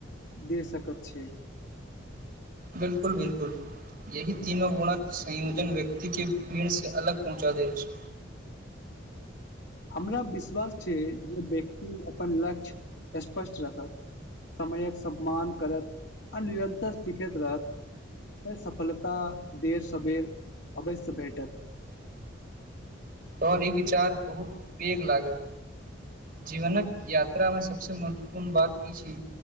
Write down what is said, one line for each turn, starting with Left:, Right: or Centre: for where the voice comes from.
Left: दे सकत छैय।
Right: बिलकुल-बिलकुल। यही तीनो गुणक संयोजन व्यक्ति के भीड़ से अलग पहुँचा दैए अइछ।
Left: <inaudible> हमरा विश्वास छैय जे व्यक्ति अपन लक्ष्य स्पष्ट रखत, समयक सम्मान करत, आ निरन्तर सिखैत रहत, त सफलता देर-सबेर अवश्य भेटत। <inaudible>
Right: पर इ विचार बहुत पैघ लागैए, जीबनक यात्रामे सभसँ महत्वपूर्ण बात इ छैय